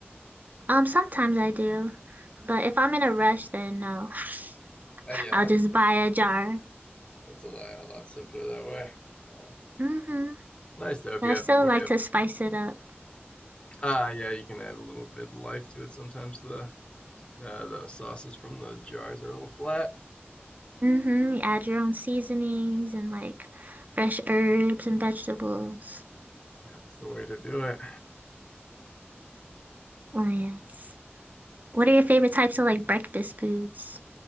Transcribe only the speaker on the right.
Um, sometimes I do, but if I'm in a rush, then no, <laughs>
I'll just buy a jar.
Mm-hmm.
But
I
still
like
to spice it up.
Mm-hmm. You add your own seasonings and like fresh herbs and vegetables.
Oh yes. What are your favorite types of like breakfast foods?